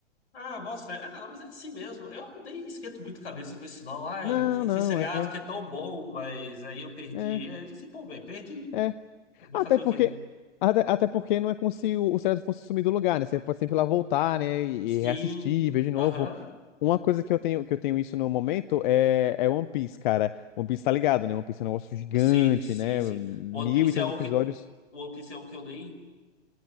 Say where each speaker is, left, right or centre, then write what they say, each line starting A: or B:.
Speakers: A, on the left; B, on the left.
A: Ah, nossa, é, ah, mas é assim mesmo. Eu nem esquento muito a cabeça com isso, não. Ai,
B: Não,
A: esse
B: não,
A: seriado
B: é.
A: que é tão bom, mas aí eu perdi
B: É,
A: ele. Eu disse, pô, velho, perdi.
B: é.
A: Vai
B: Até
A: fazer o
B: porque,
A: quê?
B: até, até porque não é como se o, o seriado fosse sumir do lugar, né? Você pode sempre ir lá voltar, né? E,
A: Sim,
B: e reassistir, ver de novo.
A: aham.
B: Uma coisa que eu tenho, que eu tenho isso no momento é, é One Piece, cara. One Piece tá ligado, né? One Piece é um negócio gigante,
A: Sim, sim,
B: né?
A: sim.
B: Mil
A: One Piece
B: e tantos
A: é o
B: episódios.
A: que. One Piece é o que eu nem.